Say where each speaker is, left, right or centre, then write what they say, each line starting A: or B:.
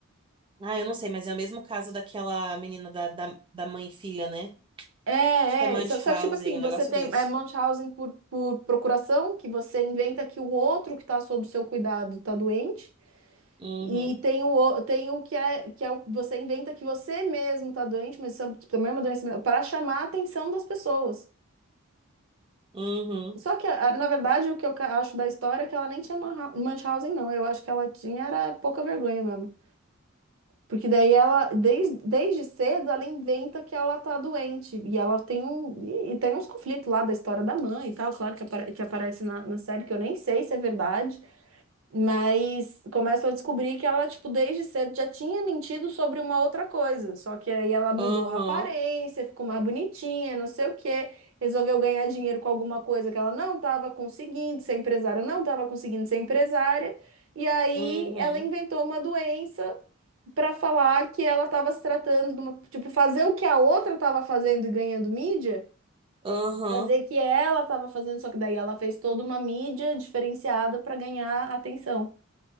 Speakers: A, on the right (about 25°); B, on the right (about 70°).
A: Ah, eu não sei, mas é o mesmo caso daquela menina da, da, da mãe e filha, né?
B: É,
A: Acho que é Munchausen,
B: é. Só, só que, tipo assim,
A: um
B: você
A: negócio
B: tem
A: desse.
B: é, Munchausen por, por procuração, que você inventa que o outro que está sob seu cuidado está doente.
A: Uhum,
B: E tem o, o- tem o que é que é o- você inventa que você mesmo está doente, mas isso é também é uma doença mental, para chamar a atenção das pessoas.
A: uhum,
B: Só que, a- na verdade, o que eu ca- acho da história é que ela nem tinha Manha- Munchausen, não. Eu acho que ela tinha era pouca vergonha mesmo. Porque daí ela, desde, desde cedo, ela inventa que ela tá doente. E ela tem um, e e tem uns conflitos lá da história da mãe e tal, claro, que, apare- que aparece na, na série, que eu nem sei se é verdade. Mas começam a descobrir que ela, tipo, desde cedo já tinha mentido sobre uma outra coisa. Só que aí ela mudou
A: uhum,
B: a aparência, ficou mais bonitinha, não sei o quê. Resolveu ganhar dinheiro com alguma coisa que ela não estava conseguindo ser empresária, não estava conseguindo ser empresária. E aí
A: uhum,
B: ela inventou uma doença para falar que ela estava se tratando de uma, tipo, fazer o que a outra estava fazendo e ganhando mídia,
A: uhum.
B: fazer o que ela estava fazendo, só que daí ela fez toda uma mídia diferenciada para ganhar atenção.